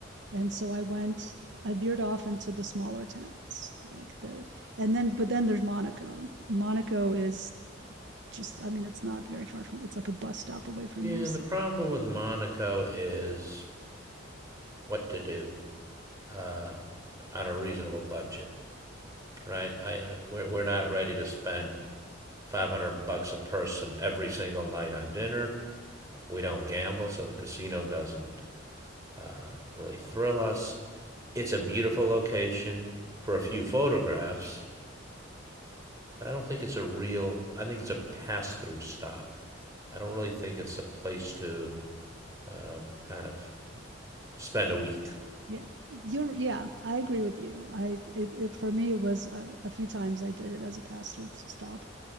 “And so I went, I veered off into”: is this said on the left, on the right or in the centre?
Right